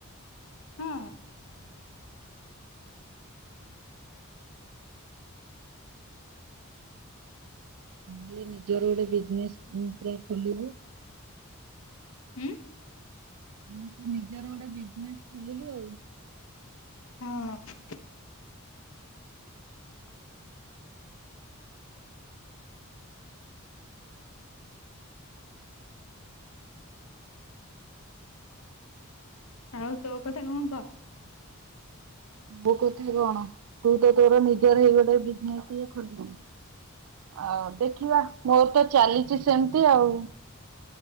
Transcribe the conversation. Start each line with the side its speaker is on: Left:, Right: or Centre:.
Left: ହଁ
Right: ହେଲେ ନିଜର ଗୋଟେ ବିଜ୍ନେସ୍ ମୁଁ ପୁରା ଖୋଲିବି।
Left: ହୁଁ
Right: ମୁଁ ତ ନିଜର ଗୋଟେ ବିଜ୍ନେସ୍ ଖୋଲିଲି ଆଉ।
Left: ହଁ ଆଉ ତୋ କଥା କଣ କହ?
Right: ମୋ କଥା କଣ ତୁ ତ ତୋର ନିଜର ହେଇ ଗଲେ ବିଜ୍ନେସ୍ ଟିଏ ଖୋଲିବୁ। ଆଉ ଦେଖିବା ମୋର ତ ଚାଲିଚି ସେମିତି ଆଉ।